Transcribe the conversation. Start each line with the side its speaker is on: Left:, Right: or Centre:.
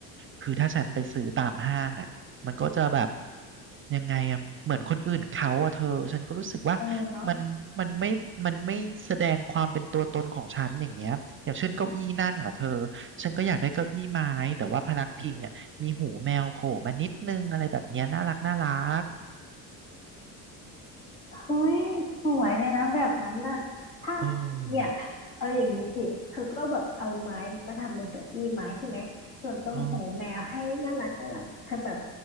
Right: คือถ้าฉันไปซื้อตามห้างอ่ะมันก็จะแบบยังไงอ่ะเหมือนคนอื่นเขาอ่ะเธอฉันก็รู้สึกว่า
Left: เออเนาะ
Right: มันมันไม่มันไม่แสดงความเป็นตัวตนของฉันอย่างเงี้ยอย่างเช่นเก้าอี้นั่งอ่ะเธอฉันก็อยากได้เก้าอี้ไม้แต่ว่าพนักพิงอ่ะมีหูแมวโผล่มานิดนึงอะไรแบบเนี้ยน่ารักน่ารัก
Left: เฮ้ยสวยเลยนะแบบนั้นน่ะถ้า
Right: เอ
Left: เนี่ย
Right: อ
Left: เอาอย่างนี้สิเธอก็แบบเอาไม้มาทำเป็นเก้าอี้ไม้ใช่ไหมส่วนตรงหูแมวให้น่ารักน่ารักเธอแบบ
Right: เออ